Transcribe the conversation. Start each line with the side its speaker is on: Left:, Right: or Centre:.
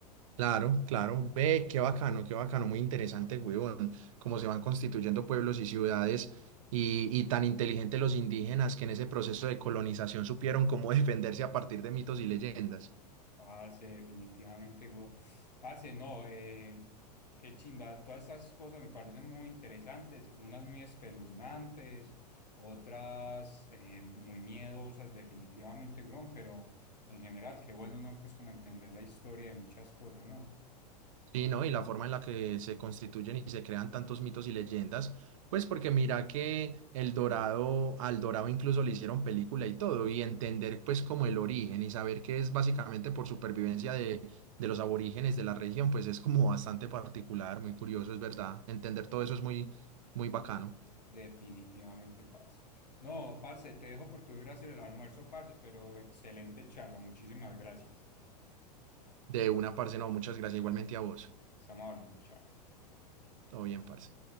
Right: Claro, claro, ve, qué bacano, qué bacano, muy interesante, huevón, cómo se van constituyendo pueblos y ciudades y, y tan inteligentes los indígenas que en ese proceso de colonización supieron cómo <laughs> defenderse a partir de mitos y leyendas.
Left: Parce, definitivamente, weón. Parce, no, eh, qué chimba. Todas estas cosas me parecen muy interesantes, unas muy espeluznantes, otras eh, muy miedosas, definitivamente, weón, pero en general, qué bueno uno, pues, como entender la historia de muchas cosas, ¿no?
Right: Sí, ¿no? Y la forma en la que se constituyen y se crean tantos mitos y leyendas, pues porque mira que El Dorado, al Dorado incluso le hicieron película y todo, y entender pues como el origen y saber que es básicamente por supervivencia de, de los aborígenes de la región, pues es como bastante particular, muy curioso, es verdad. Entender todo eso es muy, muy bacano.
Left: Definitivamente, parce. No, parce, te dejo porque voy a ir a hacer el almuerzo, parce, pero excelente charla, muchísimas gracias.
Right: De una, parce, no, muchas gracias igualmente a vos.
Left: Estamos hablando, chao.
Right: Todo bien, parce.